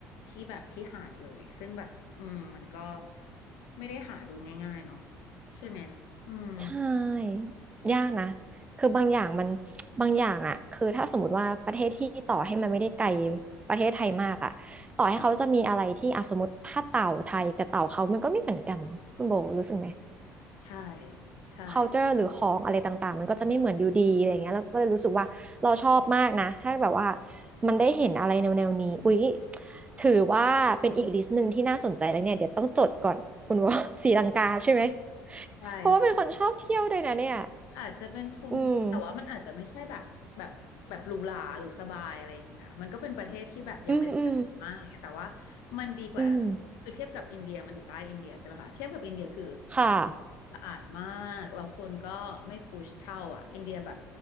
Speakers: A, on the left; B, on the right.
A: ที่แบบที่หาดเลยซึ่งแบบอืมมันก็ไม่ได้หาดูง่ายๆเนาะใช่ไหมอืม
B: ใช่ยากนะคือบางอย่างมันบางอย่างอ่ะคือถ้าสมมติว่าประเทศที่ต่อให้มันไม่ได้ไกลประเทศไทยมากอ่ะต่อให้เขาจะมีอะไรที่อ่ะสมมติถ้าเต่าไทยกับเต่าเขามันก็ไม่เหมือนกันเนาะคุณโบรู้สึกไหม
A: ใช่ใช่
B: culture หรือของอะไรต่างๆมันก็จะไม่เหมือนอยู่ดีอะไรเงี้ยแล้วก็เลยรู้สึกว่าเราชอบมากนะถ้าแบบว่ามันได้เห็นอะไรแนวๆนวนี้อุ๊ยถือว่าเป็นอีกลิสต์หนึ่งที่น่าสนใจแล้วเนี่ยเดี๋ยวต้องจดก่อนคุณว่า <laughs> ศรีลังกาใช่ไหม
A: ใช่ค่ะ
B: เพราะว่าเป็นคนชอบเที่ยวด้วยนะเนี่ย
A: อาจจะเป็นคนแต่ว่ามันอาจจะไม่ใช่แบบแบบแบบหรูหราหรือสบายอะไรอย่างงี้นะมันก็เป็นประเทศที่แบบยังไม่ได้เจริญมากอะไรเงี้ยแต่ว่า
B: อืมอืมอืม
A: มันดีกว่า
B: อืม
A: คือเทียบกับอินเดียมันอยู่ใต้อินเดียใช่ไหมคะเทียบกับอินเดียคือ
B: ค่ะ
A: สะอาดมากแล้วคนก็ไม่พุชเท่าอ่ะอินเดียแบบ